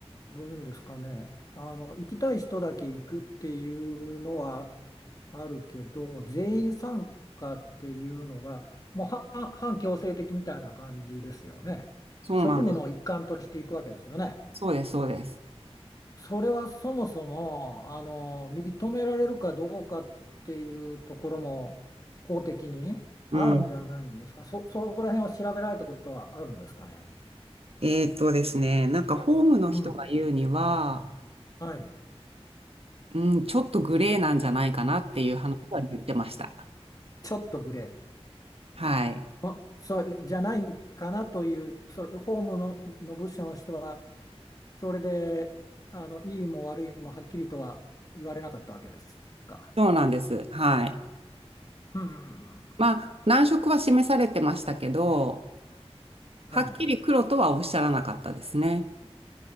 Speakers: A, on the left (about 35°); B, on the right (about 65°).
A: どういうんですかね、あの、行きたい人だけ行くっていうのはあるけど、全員参加っていうのが、もうは半半強制的みたいな感じですよね。
B: そうなんです。
A: 職務の一環としていくわけですよね。
B: そうです、そうです。
A: それはそもそも、あの、認められるかどうかっていうところも法的にあるんじゃないんですか。
B: うん。
A: そ、そこら辺を調べられたことはあるんですかね。
B: えーっとですね、なんかホームの人が言うには、
A: うん。はい。
B: うん、ちょっとグレーなんじゃないかなっていう話は言ってました。
A: ちょっとグレー。
B: はい。
A: あ、そう、じゃないかなという、それ、法務の、の部署の人は、それで、あの、いいも悪いもはっきりとは言われなかったわけですか。
B: そうなんです。はい。
A: うん。
B: まあ、難色は示されてましたけど、
A: はい。
B: はっきり黒とはおっしゃらなかったですね。